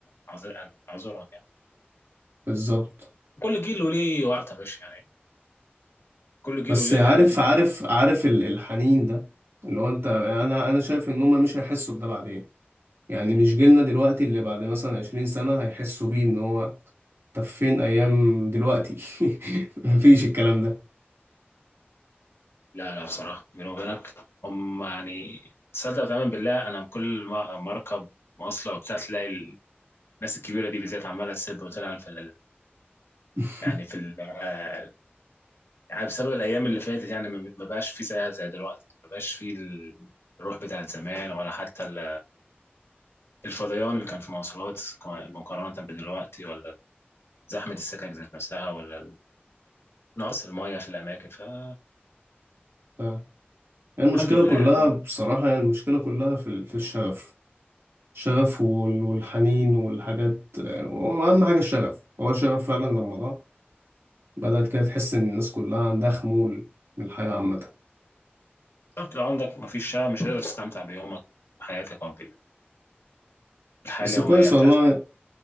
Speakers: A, on the left; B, on the right.
A: فاعذر اعذرهم يعني
B: بالظبط
A: كل جيل وليه وقته يا باشا يعني كل جيل
B: بس
A: وليه
B: عارف
A: الحاجات الكويسه
B: عارف عارف ال- الحنين ده اللي هو انت انا انا شايف ان هما مش هيحسوا بده بعدين يعني مش جيلنا دلوقتي اللي بعد مثلا عشرين سنة هيحسوا بيه ان هو طب فين ايام دلوقتي <laughs> مفيش الكلام ده
A: لا لا بصراحه بيني وبينك هم يعني تصدق وتؤمن بالله انا كل ما ما اركب مواصله وبتاع تلاقي الناس الكبيره دي بالذات عماله تسب وتلعن في ال-
B: <laughs>
A: يعني في ال- آه، يعني بسبب الايام اللي فاتت يعني ما ما بقاش في زيها زي دلوقتي ما بقاش في الروح بتاعت زمان ولا حتى ال الفضيان اللي كان في مواصلات مقارنة بدلوقتي ولا زحمة السكك ذات نفسها ولا نقص المية في الأماكن فالحمد
B: آه. المشكله
A: لله
B: كلها
A: يعني
B: بصراحه يعني المشكله كلها في ال- في الشغف الشغف وال- والحنين والحاجات آه، واهم حاجه الشغف هو الشغف فعلا لما ضاع بدات كده تحس ان الناس كلها عندها خمول من الحياه عامه
A: طب لو عندك مفيش شغف مش هتقدر تستمتع بيومك وحياتك أو بالحياة
B: بس
A: اليومية
B: كويس
A: بتاعتك
B: والله